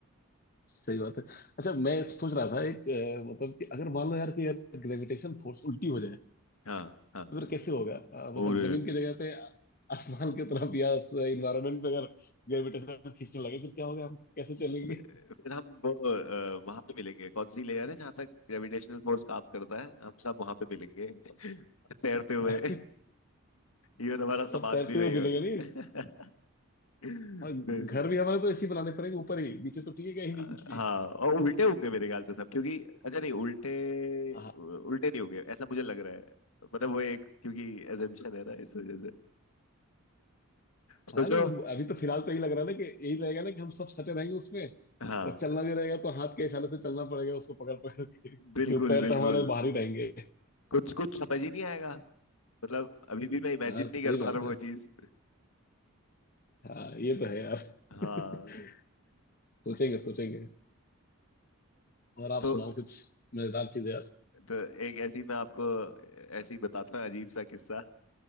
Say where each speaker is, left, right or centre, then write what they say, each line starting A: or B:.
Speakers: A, on the left (about 40°); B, on the left (about 80°).
A: सही बात है अच्छा मैं सोच रहा था एक अ, मतलब कि अगर मान लो यार कि यार ग्रेविटेशन फोर्स उल्टी हो जाए
B: हाँ हाँ
A: तो फिर कैसे होगा अ, मतलब
B: और
A: जमीन की जगह पे आसमान की तरफ या इन्वायरमेंट पे अगर ग्रेविटेशन खींचने लगे फिर क्या होगा हम कैसे चलेंगे
B: फिर हम वो वहां पे मिलेंगे कौन सी लेयर है जहाँ तक ग्रेविटेशनल फोर्स काम करता है हम सब वहां पे मिलेंगे <laughs> तैरते हुए
A: <laughs> हाँ,
B: इवन हमारा सामान
A: सब तैरते
B: भी वही
A: हुए
B: होगा
A: मिलेंगे नहीं
B: <laughs>
A: हाँ
B: फिर,
A: घर भी हमारे तो ऐसे ही बनाने पड़ेंगे ऊपर ही नीचे तो टिकेगा ही
B: अ,
A: नहीं कुछ भी
B: हाँ और उल्टे होंगे मेरे ख्याल से सब क्योंकि अच्छा नहीं उल्टे
A: हाँ,
B: उल्टे नहीं होंगे ऐसा मुझे लग रहा है मतलब वो एक क्योंकि एजम्पशन है ना इस वजह से सोचो
A: हाँ लेकिन अभी तो फिलहाल तो यही लग रहा है ना कि यही रहेगा ना कि हम सब सटे रहेंगे उसमें
B: हाँ
A: और चलना भी रहेगा तो हाथ के इशारे से चलना पड़ेगा उसको पकड़ पकड़ के क्योंकि
B: बिल्कुल
A: पैर
B: बिल्कुल
A: तो हमारे बाहर ही रहेंगे
B: कुछ कुछ समझ ही नहीं आएगा मतलब अभी भी मैं इमेजिन
A: हाँ
B: नहीं
A: सही
B: कर पा
A: बात
B: रहा हूँ
A: है
B: वो चीज
A: हाँ ये तो है यार
B: हाँ
A: <laughs> सोचेंगे सोचेंगे और आप
B: तो
A: सुनाओ कुछ मजेदार चीज यार
B: तो एक ऐसी मैं आपको ऐसी बताता हूँ अजीब सा किस्सा <laughs>